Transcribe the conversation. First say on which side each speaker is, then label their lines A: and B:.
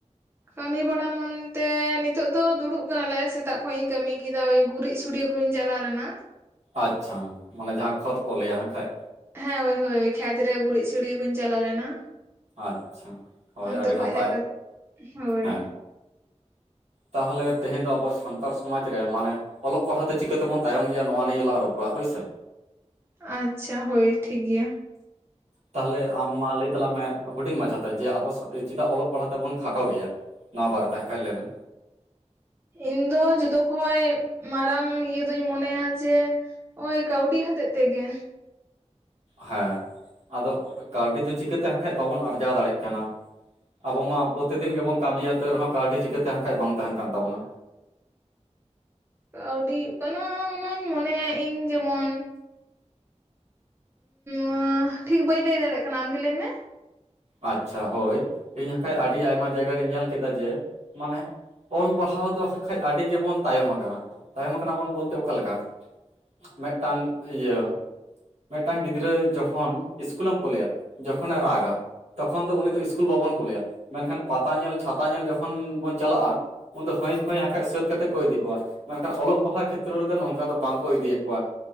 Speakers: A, on the right; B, on the right.
A: ᱠᱟᱹᱢᱤ ᱵᱟᱲᱟ ᱢᱮᱱᱛᱮ ᱱᱤᱛᱚᱜ ᱫᱚ ᱫᱩᱲᱩᱵ ᱠᱟᱱᱟᱞᱮ ᱥᱮᱛᱟᱜ ᱠᱷᱚᱱᱤᱧ ᱠᱟᱹᱢᱤ ᱠᱮᱫᱟ ᱳᱭ ᱜᱩᱨᱤᱡ ᱪᱷᱩᱲᱤᱭᱟᱣ ᱠᱩᱧ ᱪᱟᱞᱟᱣ ᱞᱮᱱᱟ᱾
B: ᱟᱪᱪᱷᱟ, ᱢᱟᱱᱮ ᱡᱟᱦᱟᱸ ᱠᱷᱚᱛ ᱠᱚ ᱞᱟᱹᱭᱟ ᱦᱟᱸ ᱠᱷᱟᱡ᱾
A: ᱦᱮᱸ ᱦᱳᱭ ᱦᱳᱭ ᱠᱷᱮᱛᱨᱮ ᱜᱩᱨᱤᱡ ᱪᱷᱩᱲᱤᱭᱟᱹᱣ ᱠᱩᱧ ᱪᱟᱞᱟᱣ ᱞᱮᱱᱟ᱾
B: ᱟᱪᱪᱷᱟ ᱦᱳᱭ
A: ᱚᱱᱛᱮ
B: ᱟᱹᱰᱤ
A: ᱠᱷᱚᱡ
B: ᱱᱟᱯᱟᱭ
A: ᱦᱮᱡ ᱠᱟᱛᱮ, ᱦᱳᱭ᱾
B: ᱦᱮᱸ ᱛᱟᱦᱚᱞᱮ ᱛᱮᱦᱮᱧ ᱫᱚ ᱟᱵᱚ ᱥᱟᱱᱛᱟᱲ ᱥᱚᱢᱟᱡᱽ ᱨᱮ ᱢᱟᱱᱮ ᱚᱞᱚᱜ ᱯᱟᱲᱦᱟᱜ ᱛᱮ ᱪᱤᱠᱟᱹᱛᱮᱵᱚᱱ ᱛᱟᱭᱚᱢ ᱜᱮᱭᱟ ᱱᱚᱣᱟ ᱱᱤᱭ ᱞᱟᱝ ᱨᱚᱯᱚᱲᱟ ᱦᱳᱭ ᱥᱮ᱾
A: ᱟᱪᱪᱷᱟ, ᱦᱳᱭ ᱴᱷᱤᱠ ᱜᱮᱭᱟ᱾
B: ᱛᱟᱦᱞᱮ ᱟᱢ ᱢᱟ ᱞᱟᱹᱭ ᱛᱟᱞᱟᱝ ᱢᱮ ᱦᱩᱰᱤᱧ ᱢᱟᱪᱷᱟᱛᱮ ᱡᱮ, ᱟᱵᱚ ᱪᱮᱫᱟᱜ ᱚᱞᱚᱜ ᱯᱟᱲᱦᱟᱜ ᱛᱮᱵᱚᱱ ᱠᱷᱟᱴᱚ ᱜᱮᱭᱟ? ᱱᱚᱣᱟ ᱵᱟᱨᱮ ᱛᱮ ᱦᱟᱸ ᱠᱷᱟᱡ ᱞᱟᱹᱭᱢᱮ᱾
A: ᱤᱧ ᱫᱚ ᱡᱚᱛᱚ ᱠᱷᱚᱡ ᱢᱟᱨᱟᱝ ᱤᱭᱟᱹ ᱫᱩᱧ ᱢᱚᱱᱮᱭᱟ ᱡᱮ, ᱳᱭ ᱠᱟᱹᱣᱰᱤ ᱦᱚᱛᱮᱫ ᱛᱮᱜᱮ᱾
B: ᱦᱮᱸ ᱟᱫᱚ ᱠᱟᱹᱣᱰᱤ ᱫᱚ ᱪᱤᱠᱟᱹᱛᱮ ᱦᱟᱸᱜ ᱠᱷᱟᱡ ᱵᱟᱵᱚᱱ ᱟᱨᱡᱟᱣ ᱫᱟᱲᱮᱜ ᱠᱟᱱᱟ? ᱟᱵᱚ ᱢᱟ ᱯᱨᱚᱛᱤ ᱫᱤᱱ ᱜᱮᱵᱚᱱ ᱠᱟᱹᱢᱤᱭᱟ, ᱛᱟᱹᱣ ᱨᱮᱦᱚᱸ ᱠᱟᱹᱣᱰᱤ ᱪᱤᱠᱟᱹᱛᱮ ᱦᱟᱸᱜ ᱠᱷᱟᱡ ᱵᱟᱝ ᱛᱟᱦᱮᱱ ᱠᱟᱱ ᱛᱟᱵᱚᱱᱟ?
A: ᱠᱟᱹᱣᱰᱤ ᱚᱱᱟ ᱚᱱᱟᱧ ᱢᱚᱱᱮᱭᱟ ᱤᱧ ᱡᱮᱢᱚᱱ ᱩᱸᱻ ᱴᱷᱤᱠ ᱵᱟᱹᱧ ᱞᱟᱹᱭ ᱫᱟᱲᱮᱭᱟᱜ ᱠᱟᱱᱟ ᱟᱢᱜᱮ ᱞᱟᱹᱭ ᱢᱮ᱾
B: ᱟᱪᱪᱷᱟ ᱦᱳᱭ, ᱤᱧ ᱦᱟᱸᱜ ᱠᱷᱟᱡ ᱟᱹᱰᱤ ᱟᱭᱢᱟ ᱡᱟᱭᱜᱟ ᱨᱤᱧ ᱧᱮᱞ ᱠᱮᱫᱟ ᱡᱮ, ᱢᱟᱱᱮ ᱚᱞ ᱯᱟᱲᱦᱟᱣ ᱫᱚ ᱦᱟᱸᱜ ᱠᱷᱟᱡ ᱟᱹᱰᱤ ᱜᱮᱵᱚᱱ ᱛᱟᱭᱚᱢ ᱟᱠᱟᱱᱟ᱾ ᱛᱟᱭᱚᱢ ᱟᱠᱟᱱᱟ ᱵᱚᱱ ᱵᱚᱞᱛᱮ ᱚᱠᱟ ᱞᱮᱠᱟ? ᱢᱮᱫᱴᱟᱝ ᱤᱭᱟᱹ ᱢᱮᱫᱴᱟᱝ ᱜᱤᱫᱽᱨᱟᱹ ᱡᱚᱠᱷᱚᱱ ᱤᱥᱠᱩᱞᱮᱢ ᱠᱩᱞᱮᱭᱟ ᱡᱚᱠᱷᱚᱱᱮ ᱨᱟᱜᱟ ᱛᱚᱠᱷᱚᱱ ᱫᱚ ᱩᱱᱤ ᱫᱚ ᱤᱥᱠᱩᱞ ᱵᱟᱵᱚᱱ ᱠᱩᱞᱮᱭᱟ, ᱢᱮᱱᱠᱷᱟᱱ ᱯᱟᱛᱟ ᱧᱮᱞ ᱪᱷᱟᱛᱟ ᱧᱮᱞ ᱡᱚᱠᱷᱚᱱ ᱵᱚᱱ ᱪᱟᱞᱟᱜ-ᱟ ᱩᱱ ᱫᱚ ᱦᱟᱺᱭ ᱯᱷᱟᱺᱭ ᱦᱟᱸᱜ ᱠᱷᱟᱡ ᱥᱟᱹᱛ ᱠᱟᱛᱮᱫ ᱠᱚ ᱤᱫᱤ ᱠᱚᱣᱟ᱾ ᱢᱮᱱᱠᱷᱟᱱ ᱚᱞᱚᱜ ᱯᱟᱲᱦᱟᱜ ᱠᱷᱮᱛᱨᱮ ᱨᱮᱫᱚ ᱱᱚᱝᱠᱟ ᱫᱚ ᱵᱟᱝᱠᱚ ᱤᱫᱤᱭᱮᱫ ᱠᱚᱣᱟ᱾